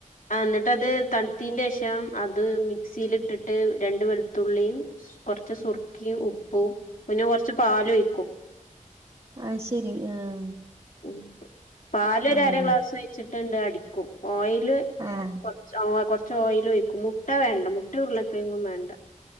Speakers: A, on the left (about 75°); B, on the right (about 45°).
A: ആന്നട്ടത് തൺത്തീന്റേഷം അത് മിക്സീലിട്ടിട്ട് രണ്ട് വെൾത്തുള്ളിയും കൊർച്ച് സുർക്കിയും ഉപ്പും പിന്നെ കൊർച്ച് പാലൊഴിക്കും
B: അയ്ശരി ആഹ്
A: ഉം പാലൊരര
B: ആഹ്
A: ഗ്ലാസൊഴിച്ചിട്ട്ണ്ട് അടിക്കും ഓയില്
B: ആഹ്
A: കൊർച് ഓ കൊർച്ച് ഓയിലൊഴിക്കും. മുട്ട വേണ്ട, മുട്ട്യും ഉർളക്കെയ്ങ്ങും വേണ്ട